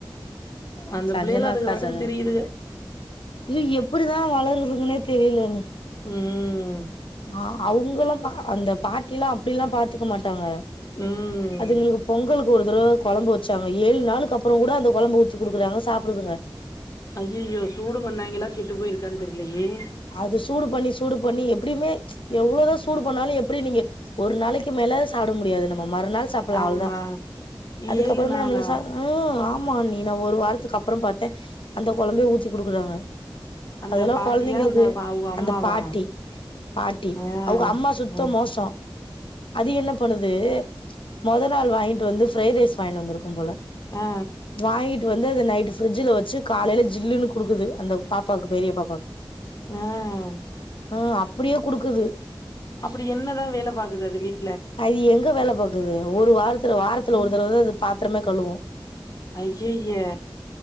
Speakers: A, on the left (about 45°); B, on the left (about 75°).
A: அந்த
B: சஞ்சனாக்கா
A: பிள்ளைகளு அதுக பாட்டுக்கு
B: சொன்னாங்க
A: திரியுதுக.
B: ஏ எப்பிடிதா வளருதுகன்னே தெரியிலன்னு
A: உம்
B: ஆ அவங்கல்லா பா அந்த பாட்டி எல்லா அப்டில்லா பாத்துக்க மாட்டாங்க
A: உம்
B: அதுங்களுக்கு பொங்கலுக்கு ஒரு தடவ கொழம்பு வச்சாங்க ஏழு நாளுக்கு அப்புறங் கூட அந்த கொழம்பு வச்சு குடுக்குறாங்க சாப்பிடுதுங்க
A: ஐயயோ சூடு பண்ணாய்ங்களா கெட்டுப் போயிருக்கான்னு தெரியலையே
B: அது சூடு பண்ணி சூடு பண்ணி எப்படியுமே எவ்வளவுதா சூடு பண்ணாலு எப்படி நீங்க ஒரு நாளைக்கு மேல சாப்ட முடியாது நம்ம மறுநாள் சாப்படலா
A: ஆமா.
B: அவ்ளவுதா அதுக்கப்புறமா
A: ஏழு நாளா
B: நம்மள சா ஆ ஆமா நீ நா ஒரு வாரத்துக்கு அப்புறோ பாத்தே அந்த கொழம்பையே ஊத்தி குடுக்குறாங்க
A: அந்த
B: அதெல்லா
A: பாட்டியா
B: கொழந்தைங்களுக்கு
A: அந்த ப- அவங்க அம்மாவா
B: அந்த பாட்டி பாட்டி
A: ஆ
B: அவங்க அம்மா சுத்த
A: ஆ
B: மோசோ அது என்ன பண்ணுது முதல் நாள் வாங்கிட்டு வந்து ஃப்ரைட் ரைஸ் வாங்கிட்டு வந்திருக்கும் போல
A: ஆ ஆ
B: வாங்கிட்டு வந்து அது நைட் பிரிட்ஜ்ல வச்சு காலையில ஜில்லுன்னு குடுக்குது அந்த பாப்பாவுக்கு பெரிய பாப்பாக்கு
A: ஆஹ்
B: ஆஹ் அப்படியே குடுக்குது
A: அப்படி என்னதான் வேல பாக்குது அது வீட்டு
B: அது எங்க வேல பாக்குது ஒரு வாரத்துல வாரத்துல ஒரு தடவதா பாத்திரமே கழுவோம்
A: அய்யய்யா